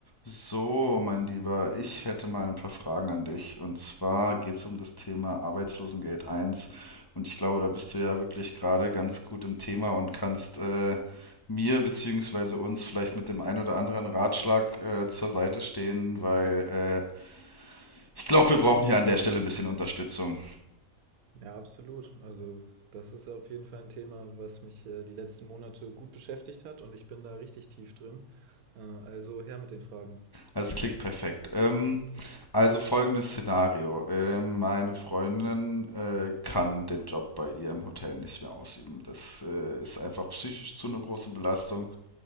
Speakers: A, on the left; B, on the right.
A: So, mein Lieber, ich hätte mal ein paar Fragen an dich. Und zwar geht es um das Thema Arbeitslosengeld 1. Und ich glaube, da bist du ja wirklich gerade ganz gut im Thema und kannst äh, mir bzw. uns vielleicht mit dem einen oder anderen Ratschlag äh, zur Seite stehen, weil äh, ich glaube, wir brauchen hier an der Stelle ein bisschen Unterstützung.
B: Ja, absolut. Also, das ist auf jeden Fall ein Thema, was mich äh, die letzten Monate gut beschäftigt hat und ich bin da richtig tief drin. Äh, also her mit den Fragen.
A: Also es klingt perfekt. Ähm, also folgendes Szenario. Ähm, meine Freundin äh, kann den Job bei ihr im Hotel nicht mehr ausüben. Das äh, ist einfach psychisch zu eine große Belastung